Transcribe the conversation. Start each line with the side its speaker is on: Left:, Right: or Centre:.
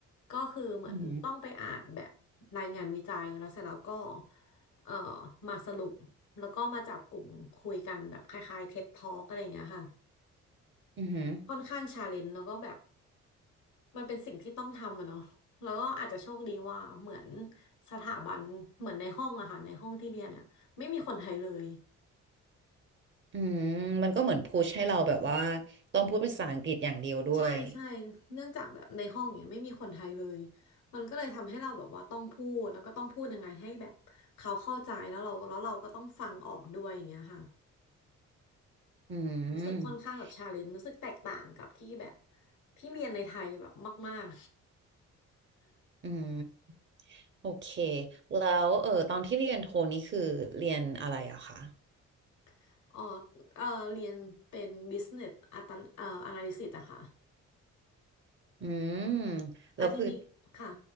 Left: ก็คือเหมือนต้องไปอ่านแบบรายงานวิจัยแล้วเสร็จแล้วก็
Right: อืม
Left: เอ่อมาสรุปแล้วก็มาจับกลุ่มคุยกันแบบคล้ายๆ TED Talk อะไรอย่างเงี้ยค่ะ
Right: อืม
Left: ค่อนข้างชาเลนจ์แล้วก็แบบมันเป็นสิ่งที่ต้องทำอะเนาะแล้วก็อาจจะโชคดีว่าเหมือนสถาบันเหมือนในห้องอะค่ะในห้องที่เรียนเนี่ยไม่มีคนไทยเลย
Right: อืมมันก็เหมือนพุชให้เราแบบว่าต้องพูดภาษาอังกฤษอย่างเดียวด้วย
Left: ใช่ใช่เนื่องจากแบบในห้องเนี่ยไม่มีคนไทยเลย มันก็เลยทำให้เราแบบว่าต้องพูดแล้วก็ต้องพูดยังไงให้แบบเขาเข้าใจแล้วเราแล้วเราก็ต้องฟังออกด้วยอย่างเงี้ยค่ะ
Right: อืม
Left: รู้สึกค่อนข้างแบบชาเลนจ์รู้สึกแตกต่างกับที่แบบที่เรียนในไทยแบบมาก
Right: อืมโอเค แล้วเออตอนที่เรียนโทนี่คือเรียนอะไรอะคะ
Left: ๆ <laughs> อ๋อเออเรียนเป็น business อัตเอ่อ analysis อะค่ะ
Right: อืม
Left: แต่ทีนี้ค่ะ
Right: แล้วคือ